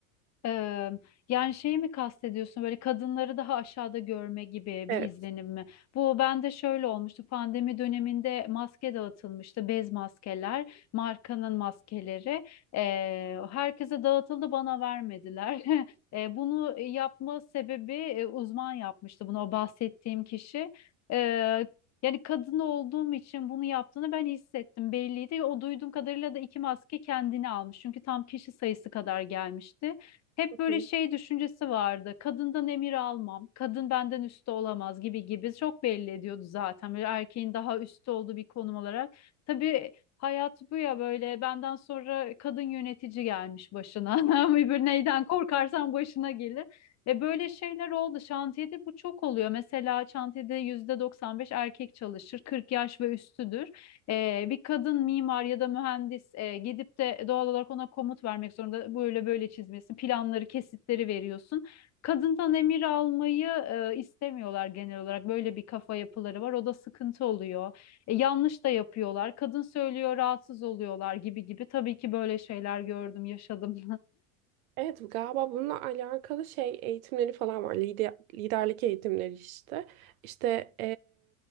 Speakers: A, on the left; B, on the right.
A: Eee, yani şeyi mi kastediyorsun böyle kadınları daha aşağıda görme gibi
B: Evet.
A: bir izlenim mi? Bu bende şöyle olmuştu pandemi döneminde maske dağıtılmıştı bez maskeler markanın maskeleri Eee, herkese dağıtıldı bana vermediler. <laughs> Eee, bunu yapma sebebi e, uzman yapmıştı bunu o bahsettiğim kişi. Eee, Yani kadın olduğum için bunu yaptığını ben hissettim belliydi. O duyduğum kadarıyla da iki maske kendini almış. Çünkü tam kişi sayısı kadar gelmişti. Hep
B: Hı.
A: böyle şey düşüncesi vardı. Kadından emir almam, kadın benden üstte olamaz gibi gibi çok belli ediyordu zaten. Böyle erkeğin daha üstte olduğu bir konum olarak. Tabii hayat bu ya böyle benden sonra kadın yönetici gelmiş başına. <laughs> Bir neyden korkarsan başına gelir. Ve böyle şeyler oldu. Şantiyede bu çok oluyor. Mesela şantiyede yüzde %95 erkek çalışır. 40 yaş ve üstüdür. Ee, bir kadın mimar ya da mühendis e, gidip de doğal olarak ona komut vermek zorunda böyle böyle çizmesin planları kesitleri veriyorsun. Kadından emir almayı e, istemiyorlar genel olarak böyle bir kafa yapıları var o da sıkıntı oluyor. E, yanlış da yapıyorlar kadın söylüyor rahatsız oluyorlar gibi gibi tabii ki böyle şeyler gördüm yaşadım.
B: Evet galiba bununla alakalı şey eğitimleri falan var. Lider, liderlik eğitimleri işte. İşte